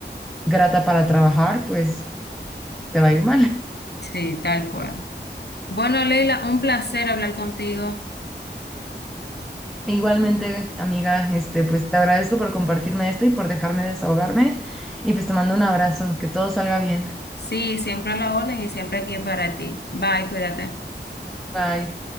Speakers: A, in the centre; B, on the left (about 60°).
A: grata para trabajar, pues te va a ir mal.
B: Sí, tal cual. Bueno, Leila, un placer hablar contigo.
A: Igualmente, amiga, este, pues te agradezco por compartirme esto y por dejarme desahogarme. Y pues te mando un abrazo, que todo salga bien.
B: Sí, siempre a la orden y siempre aquí para ti. Bye, cuídate.
A: Bye.